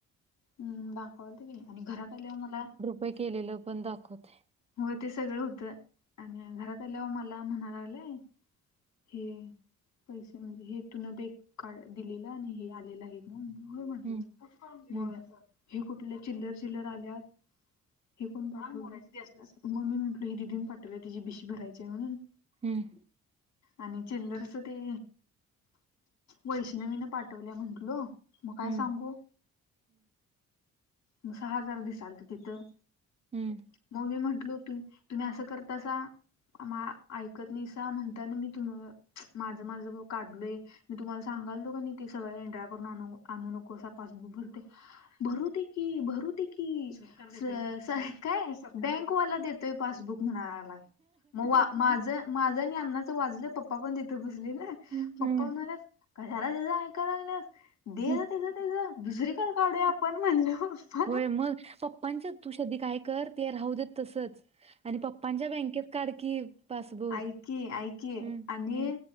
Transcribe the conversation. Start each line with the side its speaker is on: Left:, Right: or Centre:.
Left: हम्म दाखवावलतं की आणि घरात आल्यावर मला
Right: व्हय केलेलं पण दाखवतयं.
Left: होय ते सगळं हुत आणि घरात आल्यावर मला म्हणाय लागलाय. हे पैसे म्हणजे हे तु न बे कारड दिलेलं आणि हे आलेलं आहेत. म मी होय म्हटलो
Right: हम्म
Left: ब
Right: हम्म
Left: हे कुठले चिल्लर चिल्लर आल्यात हे कोण पाठवल? म मी म्हटलो ही दिदीनं पाठवलिया तिजी बीसी भरायचीय म्हणून.
Right: हम्म.
Left: आणि चिल्लरच ते वैष्णवीनं पाठवल्या म्हटलो. मग काय
Right: हम्म
Left: सांगू म सहा हजार दिसायलत तिथं.
Right: हम्म.
Left: मग मी म्हटलो तु तुम्ही असं करतासा. मा ऐकत नाहीसा म्हणताना मी तुम माझं माझं ब काढलोय. मी तुम्हाला सांगायलतो क नाई ते सगळं एंट्र्या करून आणू नकोसा पासबुक भरतय. भरू दे की भरू दे कि स स काय बँकवाला देतोय पासबुक म्हणाय मग वा माझं माझं आणि अण्णाचं वाजलं पप्पा पण तिथं बसलेल.
Right: हम्म
Left: पप्पा म्हणायल्यात कशाला त्यज ऐकाय लागलियास. दे
Right: हम्म
Left: जा तेज तेज दुसरीकडं काढूया आपण म्हणल पप्पा हं
Right: होय
Left: हं.
Right: मग पपांच्यात तू श्रद्दी काय कर ते राहू देत तसच आणि पप्पांच्या बँकेत काढ की. पासबुक
Left: ऐक की ऐक की
Right: हम्म
Left: आणि
Right: हम्म